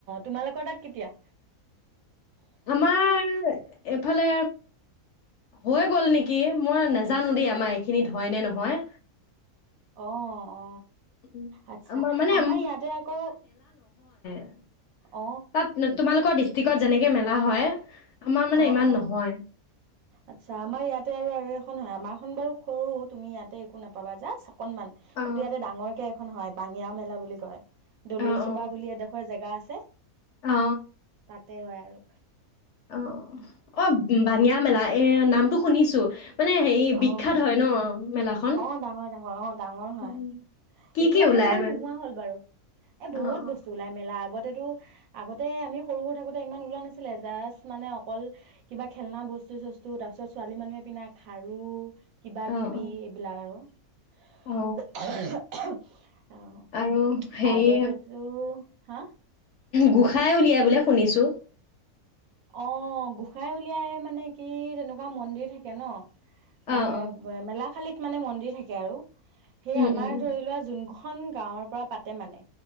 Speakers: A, on the right; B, on the left.
A: তোমালোকৰ তাত কেতিয়া?
B: আমাৰ এফালে হৈ গল নেকি মই নাজানো দেই আমাৰ এইখিনিত হয় নে নহয়
A: অ অ
B: উম,
A: আচ্ছা
B: মানে
A: আমাৰ ইয়াতে আকৌ
B: উম
A: অ',
B: তাত উম তোমালোকৰ ডিষ্ট্ৰিকত যেনেকে মে মেলা হয় আমাৰ মানে
A: অ',
B: ইমান
A: অ', অ',
B: নহয়।
A: আচ্ছা, আমাৰ ইয়াত আৰু এখন হয় আমাৰখন বাৰু সৰু তুমি ইয়াতে একো নাপাবা, যাচ অকনমান,
B: অ
A: কিন্তু ইয়াতে ডাঙৰকে এখন হয়। বাঙিয়া মেলা বুলি কয়। দলৰি
B: অ অ
A: চুবা বুলি এডোখৰ জেগা আছে।
B: অ
A: তাতে হয় আৰু,
B: অ', অ', ভাঙিয়া মেলা এ, নামটো শুনিছো। মানে হেৰি বিখ্যাত
A: অ',
B: হয় ন মেলাখন
A: অ', ডাঙৰ ডাঙৰ অ', ডাঙৰ হয়,
B: উম। কি
A: এতিয়াতো
B: কি ওলাই
A: ইমান
B: মানে
A: নোহোৱা হ'ল বাৰু, এ বহুত
B: অ অ
A: বস্তু ওলাই মেলা আগত তটো আগতে আমি সৰু সৰু থাকোঁতে ইমান ওলোৱা নাছিলে, জাষ্ট মানে অকল কিবা খেলনা বস্তু চস্তু তাৰ পিছত ছোৱালী মানুহে পিনা খাৰু কিবা
B: অ
A: কিবি
B: অ
A: এইবিলাক আৰু <inaudible>
B: অ
A: <inaudible> অ',
B: আৰু হেৰি
A: আগতেতো, হা?
B: গোঁসাই উলিয়াই বোলে শুনিছোঁ।
A: অ', গোঁসাই উ ওলিয়াই মানে কি তেনেকুৱা মন্দিৰ থাকে ন'। মানে
B: অ অ
A: মেলা খালি মানে মন্দিৰ থাকে আৰু। সেই
B: উম
A: আমাৰ
B: উম
A: ধৰি লোৱা যোন এখন গাঁৱৰ পৰা পাতে মানে